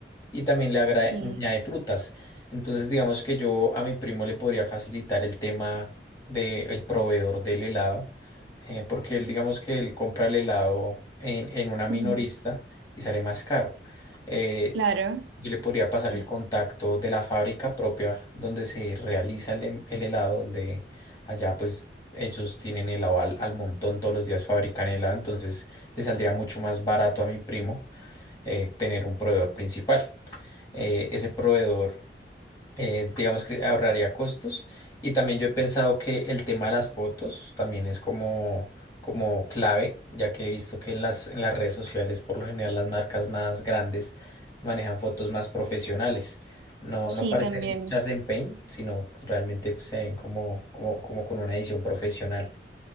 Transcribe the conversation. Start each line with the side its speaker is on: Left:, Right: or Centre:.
Left: y también le agra-
Right: sí,
Left: añade frutas. Entonces, digamos que yo a mi primo le podría facilitar el tema del proveedor del helado, eh, porque él, digamos que él compra el helado en, en una minorista
Right: ujú,
Left: y sale más caro. Eh,
Right: claro,
Left: yo le podría pasar
Right: sí,
Left: el contacto de la fábrica propia donde se realiza el, hem- el helado, donde allá pues ellos tienen helado al, al montón, todos los días fabrican helado, entonces le saldría mucho más barato a mi primo eh, tener un proveedor principal. Eh, ese proveedor, eh, digamos que ahorraría costos. Y también yo he pensado que el tema de las fotos también es como, como clave, ya que he visto que en las, en las redes sociales, por lo general, las marcas más grandes manejan fotos más profesionales. No,
Right: sí,
Left: no parecen
Right: también.
Left: hechas en Paint, sino realmente se ven como, como, como con una edición profesional.